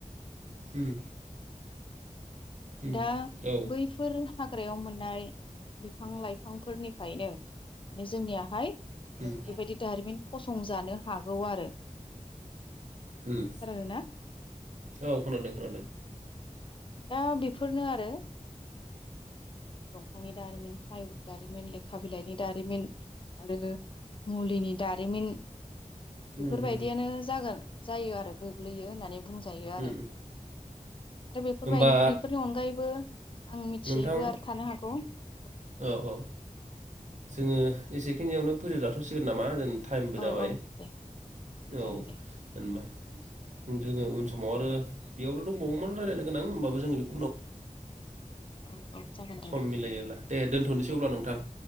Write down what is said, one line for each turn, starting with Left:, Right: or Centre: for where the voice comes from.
Right: उम उम
Left: दा
Right: औ
Left: बैफोर। हख्रायाव मोननाय बिफां लाइफांफोरनिफ्रायनो माने जोंनियाहाय
Right: उम
Left: बेबायदि दारिमिन फसं जानो हागौ आरो
Right: उम
Left: खोनादोंना
Right: औ खोनादों खोनादों
Left: दा बेफोरनो आरो दंफांनि दारिमिन फ्लाइवद दारिमिन लेखा बिलाइनि दारिमिन आरो मुलिनि दारिमिन बेफोरबायदियानो
Right: उम उम
Left: जागोन जायो आरो गोग्लैयो होननानै बुंजायो आरो
Right: उम
Left: आरो बेफोरबाय
Right: होमबा
Left: बेफोरनि अनगायैबो आं मिथियैबो
Right: नोंथां
Left: आरो अ
Right: औ औ जोङो एसे बेखिनियावनो फोजोबजाथ'सिगोन नामा जों टाइमबो
Left: औ
Right: जाबाय
Left: औ दे
Right: औ
Left: जागोन दे
Right: जेनबा जोङो समाव आरो बेयावनो' दंबावोम रायलायनो गोनां ओमबाबो जोङो बे
Left: औ औ औ जागोन दे
Right: सम
Left: नोंथां
Right: मिलायोब्ला
Left: उम
Right: दे दोन्थ'नोसै अब्ला नोंथां